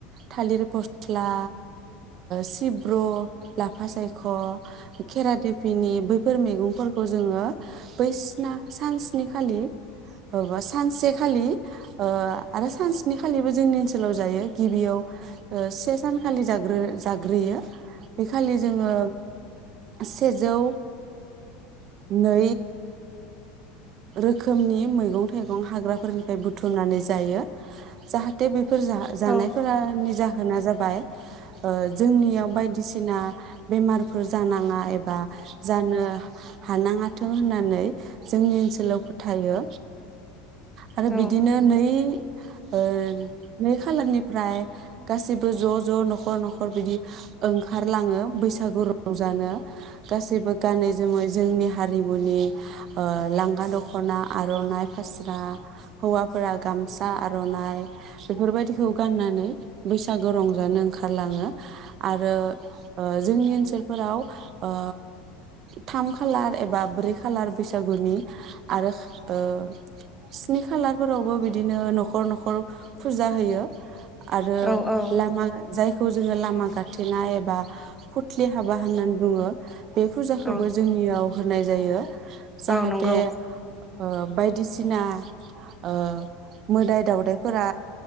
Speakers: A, on the right; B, in the centre.
A: थालिर फस्ला, सिब्रु, लाफा सायख', खेरा देफिनि बैफोर मैगं खौ जोङो बैसिना सान सनि खालि बा सानसेखालि आरो सान सनि खालिबो जोंनि ओनसोलाव जायो गिबियाव से सानखालि ज जाग्रोयो बे खालि जोङो सेजौ नै रोखोमनि मैगं थाइगं हाग्राफोरनिफ्राय बुथुमनानै जायो जाहाथे बे फोर जा जानायफोरा
B: औ
A: निजा। होना जाबाय ओ जोंनियाव बायदिसिना बेमारफोर जानाङा एबा जानो हानाङाथों होननानै जोंनि ओनसो सोलाव फोथायो आरो
B: औ
A: बिदिनो नै ओ नै खालारनिफ्राय गासिबो ज' ज' न'खर न'खर बिदि ओंखारलाङो बैस सागु रंजानो गासैबो गानै जोमै जोंनि हारिमुनि ओ लां गा दख'ना आर'नाइ फास्रा हौवाफोरा गामसा आर'नाइ बेफोर बायदिखौ गाननानै बैसागु रंजानो ओंखारलाङो आरो ओ जोंनि ओनसोलफोराव ओ थाम खालार एबा ब्रै खालार बैसागुनि आरो ओ स्नि खालारफोरावबो बिदिनो न'खर न'खर फुजा होयो। आरो
B: औ
A: लामा जायखौ जोङो लामा गाथेनाय बा फुथलि हाबा होननानै बुङो बे फुजाखौबो
B: औ
A: जोंनियाव होनाय जायो। जाहाथ
B: औ नंगौ
A: दे ओ बायदिसिना ओ मोदाय दावदायफोरा